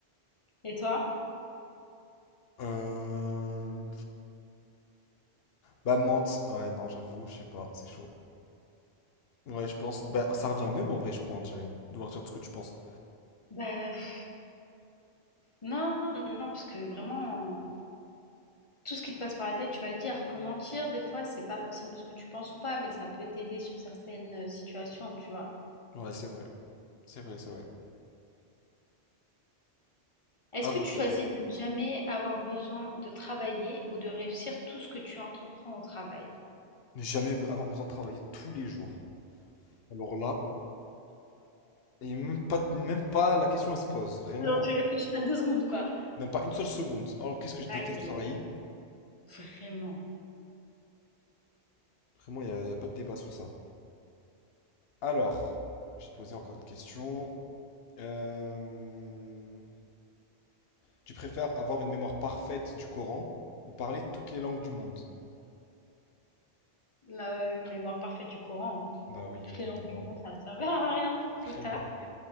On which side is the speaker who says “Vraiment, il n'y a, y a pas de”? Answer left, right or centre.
Left